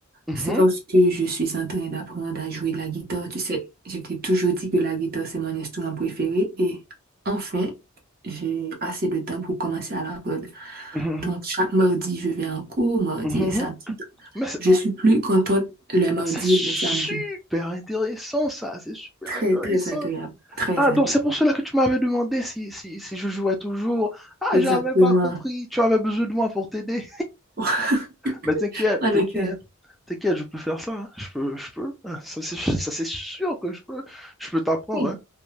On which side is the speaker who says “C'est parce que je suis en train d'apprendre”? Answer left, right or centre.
Right